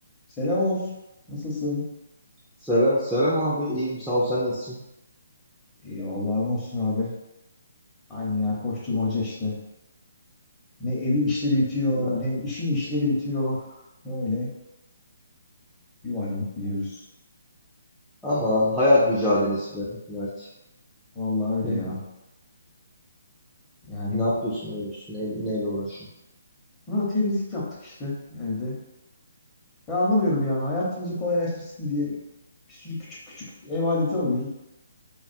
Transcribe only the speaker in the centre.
Selam, selam abi. İyiyim, sağ ol. Sen nasılsın?
Ben...
Aman hayat mücadelesi be Mert.
Hı
hı.
Ne yapıyorsun, ne ediyorsun, ne, neyle uğraşıyorsun?